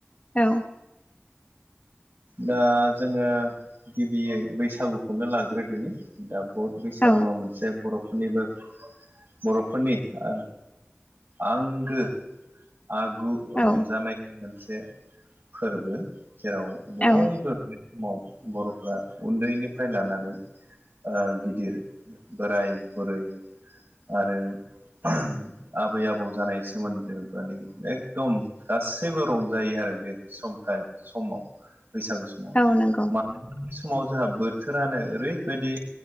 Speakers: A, on the left; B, on the right.
A: औ
B: दा जोङो गिबियै बैसागुखौनो लाग्रोदिनि दा बैसागुआ
A: औ
B: मोनसे बर'फोरनिबो बर'फोरनि ओ आंगो आगु
A: औ
B: रंजानायनि मोनसे फोरबो जेराव बयबो
A: औ
B: समाव बर'फ्रा उन्दैनिफ्राय लानानै ओ गिदिर बोराय बुरै आरो <unintelligible> आबै आबौ जानाय सोमोन्दो मानि एगदम गासैबो रंजायो आरो बे समथाय समाव बैसागो समाव
A: औ नंगौ
B: बे समाव जोंहा बोथोरानो ओरैबायदि